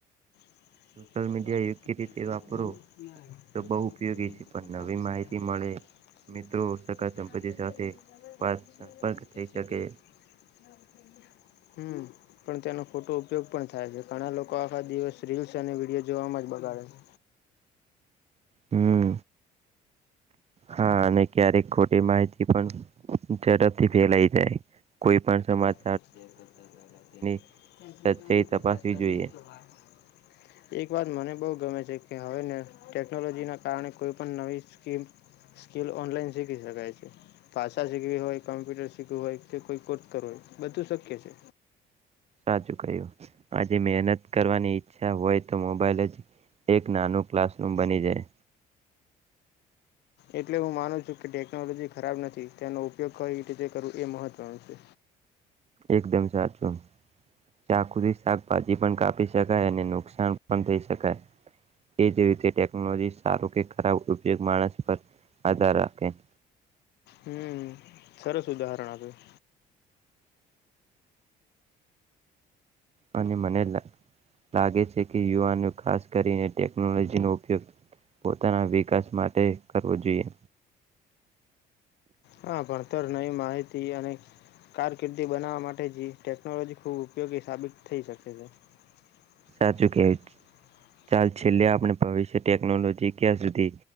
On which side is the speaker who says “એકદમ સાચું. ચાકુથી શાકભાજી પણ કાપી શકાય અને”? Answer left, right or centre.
Right